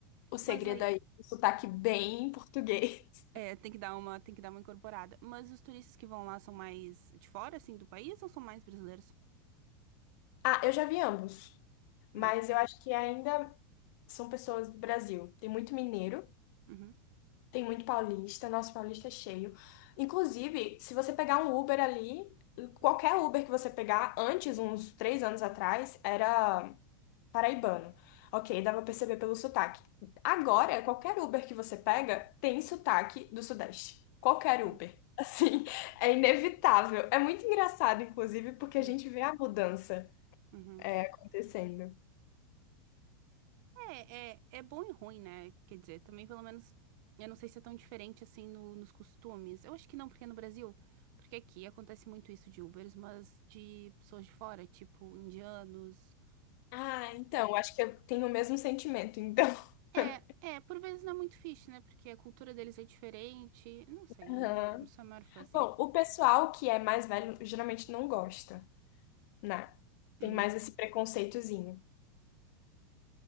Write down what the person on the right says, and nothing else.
Mas aí,
é,
tem que dar uma, tem que dar uma incorporada. Mas os turistas que vão lá são mais de fora, assim, do país ou são mais brasileiros?
Hum,
uhum,
hum,
uhum,
uhum.
É, é, é bom e ruim, né? Quer dizer, também pelo menos, eu não sei se é tão diferente assim no- nos costumes. Eu acho que não, porque é no Brasil, porque aqui acontece muito isso de Ubers, mas de pessoas de fora, tipo indianos.
É,
é, por vezes não é muito fixe, né? Porque a cultura deles é diferente. Não sei,
não, não sou a maior fã assim.
Uhum.